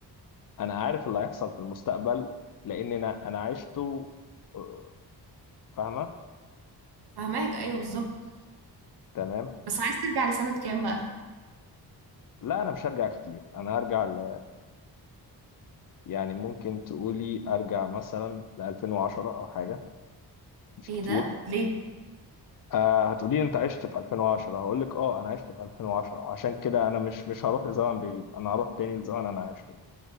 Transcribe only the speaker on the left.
انا عارف اللي هيحصل في المستقبل لان انا انا عشته آه، فاهمه
تمام
لا انا مش هرجع كتير انا هرجع ل... يعني ممكن تقولي ارجع مثلا ل 2010 او حاجه مش
كتير
آه هتقولي انت عشت في 2010 هقول لك اه انا عشت في 2010 وعشان كده انا مش مش هروح لزمن بعيد انا هروح تاني لزمن انا عشته